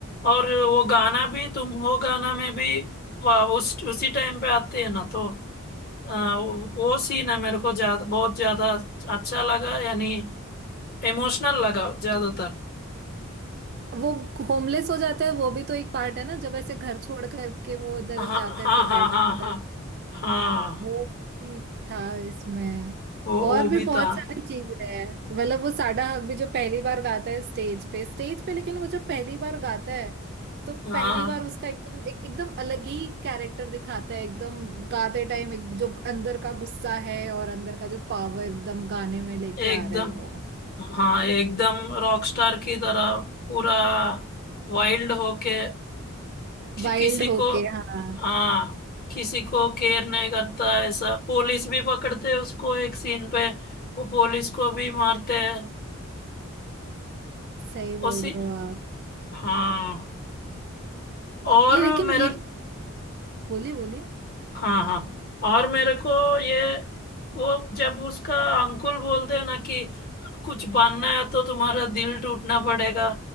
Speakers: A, on the left (about 45°); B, on the right (about 50°).
A: और वो गाना भी तुम हो गाना में भी वाह, उस उसी टाइम पे आती है ना तो आ, वो सीन है मेरे को ज्यादा बहुत ज्यादा अच्छा लगा यानी इमोशनल लगा ज्यादातर
B: वो होमलेस हो जाता है वो भी तो एक पार्ट है ना जब ऐसे घर छोड़ करके वो इधर
A: हाँ
B: जा
A: हाँ
B: करके
A: हाँ
B: बैठ
A: हाँ
B: जाता
A: हाँ
B: है
A: हाँ
B: वो भी था इसमें
A: वो
B: और
A: वो
B: भी
A: भी
B: बहुत
A: था
B: सारी चीजें हैं मतलब वो साडा हक भी जो पहली बार गाता है स्टेज पे स्टेज पे लेकिन वो जब पहली बार गाता है तो
A: हाँ
B: पहली बार उसका एकदम एक, एकदम अलग ही कैरेक्टर दिखाता है एकदम गाते टाइम एक जो अंदर का गुस्सा है और अंदर का जो पावर एकदम गाने में लेके
A: एकदम
B: आ रहा है वो
A: हाँ एकदम रॉकस्टार की तरह पूरा वाइल्ड होके कि,
B: वाइल्ड
A: किसी
B: होके
A: को
B: हाँ
A: हाँ किसी को केयर नहीं करता है, ऐसा पुलिस भी पकड़ते हैं उसको एक सीन पे वो पुलिस को भी मारते हैं
B: सही बोल
A: उसी
B: रहे हो आप
A: हाँ और
B: ये लेकिन
A: मेरे
B: ये बोलिए बोलिए
A: हाँ हाँ और मेरे को ये वो जब उसका अंकुल बोलते हैं ना कि कुछ बनना है तो तुम्हारा दिल टूटना पड़ेगा